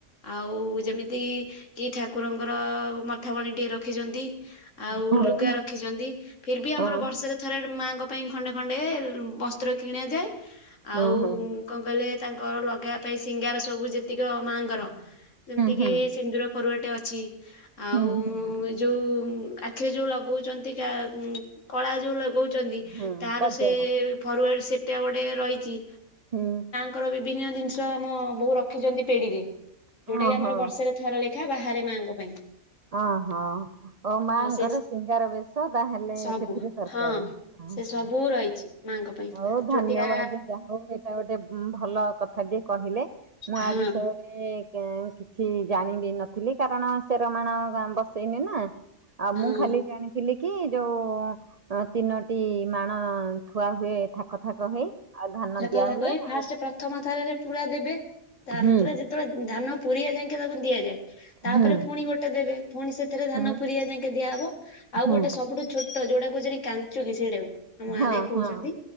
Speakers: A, on the left; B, on the right.
A: ଆଉ ଯେମିତିକି କି ଠାକୁ ଠାକୁରଙ୍କର ମଥାମଣୀ ଟିଏ ରଖିଛନ୍ତି। ଆଉ
B: ହଉ
A: ଲୁଗା ରଖିଛନ୍ତି। ଫିରବି ଆମର
B: ହଁ
A: ବର୍ଷରେ ଥରେ ମାଙ୍କ ପାଇଁ ଖଣ୍ଡେ ଖଣ୍ଡେ ବସ୍ତ୍ର କିଣାଯାଏ ଆଉ
B: ହଁ ହଁ ହଁ
A: କଣ କହିଲେ ତାଙ୍କ ଙ୍କ ଲଗେଇବାପାଇଁ ସିଙ୍ଗାର ସବୁ ଯେତିକି ମାଆଙ୍କର ଯେମିତିକି
B: ହୁଁ ହୁଁ
A: ସିନ୍ଦୁର ଫରୁଆଟେ ଅଛି। ଆଉ
B: ହୁଁ ହୁଁ
A: ଯୋଉ ଆଖିରେ ଯୋଉ ଲଗଉଚନ୍ତି କା ଉ କଳା ଯୋଉ ଲଗଉଚନ୍ତି
B: ହୁଁ
A: ତାର
B: କଜଳ
A: ସେଇ ଫରୁଆ ସେଟା ଗୋଟେ ରହିଚି।
B: ହୁଁ।
A: ଙ୍କର ବିଭିନ୍ନ ଜିନିଷ ଆମ ବଉ ରଖିଚନ୍ତି ପେଡିରେ ଯୋଉଟାକିି
B: ଓହୋ
A: ଆମର ବର୍ଷରେ ଥରେ ଲେ ଖା ବାହାରେ ମାଆଙ୍କ ପାଇଁ
B: ଓ ହୋ ଓ ମାଙ୍କର
A: ଆଉ ସେ
B: ଶିଙ୍ଗାରବେଶ ତାହେଲେ
A: ସବୁ
B: ସେଥିରେ ଦରକାରେ।
A: ହଁ
B: ଅ ହୁଁ
A: ସେ ସବୁ ରହିଛି ମାଙ୍କ ପାଇଁ
B: ହଉ ଧନ୍ୟବାଦ
A: ଛୋଟିଆ
B: ଯାହୋଉ ଏଟାଗୋଟେ ଉଁ ଭଲ ଭଲ କଥା ଟିଏ କହିଲେ
A: ହଁ
B: ଆ ବିଷୟରେ କେଁ କିଛି ଜାଣିବି ନଥିଲି କାରଣ ସେରମାଣ କଁ ବସେଇନି ନା ଆଉ
A: ହଁ
B: ମୁଁ ଖାଲି ଜାଣିଥିଲି କି ଯୋଉ ତିନୋଟି ମାଣ ଥୁଆ ହୁଏ ଥାକ ଥାକ ହେଇ ଆଉ ଧାନ
A: ସେ
B: ଦିଆ
A: କଥା
B: ହୁଏ
A: କହି
B: ଆଉ
A: ଫାଷ୍ଟ ପ୍ରଥମଥରରେ ପୁରା ଦେବେ ତାପରେ
B: ହୁଁ
A: ଯେତେବେଳେ ଧାନ ପୁରିବା ଯାଙ୍କେ ତାକୁ ଦିଆଯାଏ ତାପରେ
B: ହୁଁ
A: ପୁଣି ଗୋଟେ ଦେବେ ପୁଣି ସେଥିରେ ଧାନ
B: ହୁଁ
A: ପୁରିଆ ଯାଙ୍କେ ଦିଆହବ। ଆଉ
B: ହୁଁ
A: ଗୋଟେ ସବୁଠୁ ଛୋଟ ଯୋଉଟା କହୁଚନ୍ତି କାଞ୍ଚୁଲୀ ସେଇଟାକୁ ଆମ ଗାଁରେ
B: ହଁ
A: କହୁଚନ୍ତି।
B: ହଁ